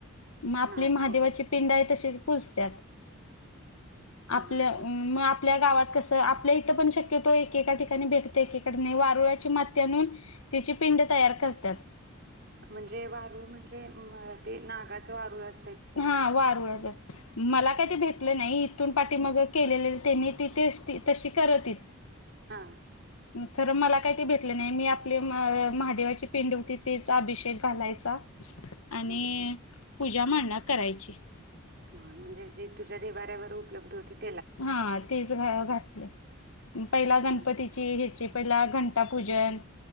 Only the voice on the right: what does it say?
नाही
होय
हा
हा
म्हणजे वारुळ म्हंजे म अ ते नागाच वारुळ असतय.
हा,
म्हणजे
हा म्हणजे, जे तुझ्या देवाऱ्यावर उपलब्ध होतेत.
हा